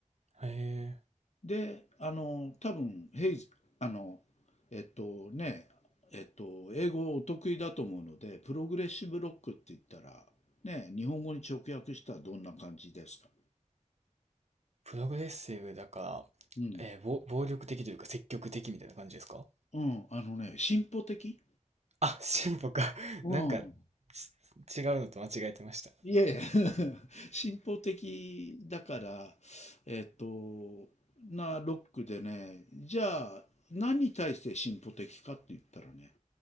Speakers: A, on the right; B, on the left.
A: え、
B: で、あの、多分、ヘイズ、あの、えっとね、えっと、英語お得意だと思うので、プログレッシブロックって言ったら、ね、日本語に直訳したらどんな感じですか
A: プログレッシブだから、
B: うん。
A: えー、ぼ暴力的というか積極的みたいな感じですか
B: うん、あのね、進歩的
A: あ、進歩か。<laughs>
B: うん。
A: なんか、ち違うのと間違えてました。
B: いえいえ <laughs> 進歩的だから、えっと、なロックでね、じゃあ何に対して進歩的かって言ったらね、